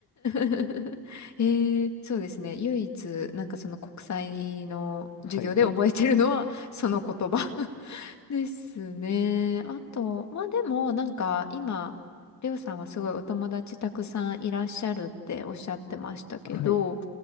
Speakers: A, on the left; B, on the left.
A: <laughs> えー、そうですね。唯一、なんかその国際の授業で覚えてるのは、
B: はいはい。
A: その言葉 <laughs> ですね。あと、まあでも、なんか今、りょうさんはすごいお友達たくさんいらっしゃるっておっしゃってましたけど、
B: はい